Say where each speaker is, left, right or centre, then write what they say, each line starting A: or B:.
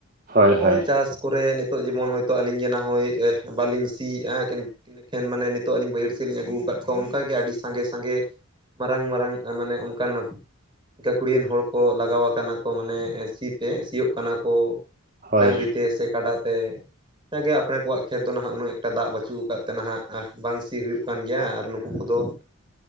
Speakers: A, on the right; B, on the right.
A: ᱦᱳᱭ
B: ᱱᱚᱜᱼᱚᱭ
A: ᱦᱳᱭ
B: ᱪᱟᱥ ᱠᱚᱨᱮ ᱱᱤᱛᱚᱜ ᱡᱮᱢᱚᱱ ᱦᱚᱭᱛᱳ ᱟᱹᱞᱤᱧᱱᱟ ᱦᱳᱭ ᱵᱟᱹᱞᱤᱧ ᱥᱤᱭᱮᱫᱼᱟ ᱮᱠᱷᱮᱱ ᱢᱟᱱᱮ ᱱᱤᱛᱚᱜ ᱟᱹᱞᱤᱧ ᱵᱟᱹᱭᱦᱟᱹᱲ ᱥᱮᱫ ᱞᱤᱧ ᱟᱹᱜᱩ ᱟᱠᱟᱫ ᱠᱚᱣᱟ ᱚᱱᱠᱟ ᱜᱮ ᱟᱹᱰᱤ ᱥᱟᱸᱜᱮ ᱥᱟᱸᱜᱮ ᱢᱟᱨᱟᱝ ᱢᱟᱨᱟᱝ ᱢᱟᱱᱮ ᱚᱱᱠᱟᱱᱚᱜ ᱜᱟᱹᱠᱷᱩᱲᱤᱭᱟᱹᱱ ᱦᱚᱲ ᱠᱚ ᱞᱟᱜᱟᱣ ᱟᱠᱟᱱᱟ ᱠᱚ ᱢᱟᱱᱮ ᱥᱤ ᱛᱮ ᱥᱤᱭᱳᱜ ᱠᱟᱱᱟ ᱠᱚ᱾
A: ᱦᱳᱭ
B: ᱰᱟᱝᱨᱤ ᱛᱮ ᱥᱮ ᱠᱟᱰᱟ ᱛᱮ ᱡᱟᱜᱮ ᱟᱯᱲᱮ ᱠᱚᱣᱟᱜ ᱠᱷᱮᱛ ᱫᱚ ᱱᱟᱦᱟᱜ ᱩᱱᱟᱹᱜ ᱮᱠᱴᱟ ᱫᱟᱜ ᱵᱟᱹᱪᱩᱜ ᱟᱠᱟᱫ ᱛᱮ ᱱᱟᱦᱟᱜ ᱼᱼ ᱵᱟᱝ ᱥᱤ ᱦᱩᱭᱩᱜ ᱠᱟᱱ ᱜᱮᱭᱟ ᱟᱨ ᱱᱩᱠᱩ ᱠᱚᱫᱚ ᱼᱼ